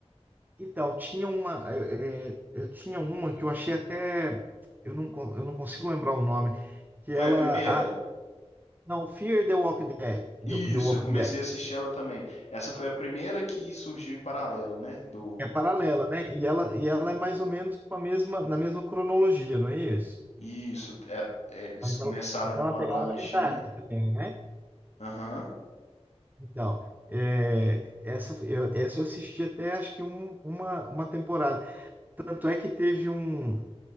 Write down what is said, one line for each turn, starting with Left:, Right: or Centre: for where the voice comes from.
Right: Então, tinha uma, é, é, eu tinha uma que eu achei até, eu não, con- eu não consigo lembrar o nome, que
Left: Foi
Right: ela,
Left: a primeira?
Right: Não, Fear the Walking Dead, The,
Left: Isso,
Right: The Walking
Left: eu comecei
Right: Dead
Left: a assistir ela também. Essa foi a primeira que surgiu em paralelo, né? Do.
Right: é paralela, né? E ela, e ela é mais ou menos com a mesma, na mesma cronologia, não é isso?
Left: Isso, é- eles
Right: Mas
Left: começaram
Right: ela, ela tem
Left: numa
Right: uma pegada
Left: lancha,
Right: mais dark
Left: né?
Right: também, né?
Left: Aham,
Right: Então, é, essa, eu, essa eu assisti até acho que um- uma, uma temporada. Tanto é que teve um.